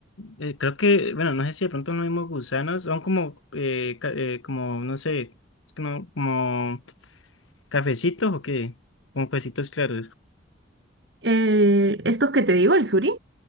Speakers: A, on the left; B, on the right.
A: eh, creo que, bueno, no sé si de pronto no mismos gusanos, son como, eh, ca- eh, como, no sé, es que no, como. ¿Cafecitos o qué? Con huesitos claros.
B: Eh, estos que te digo, el suri.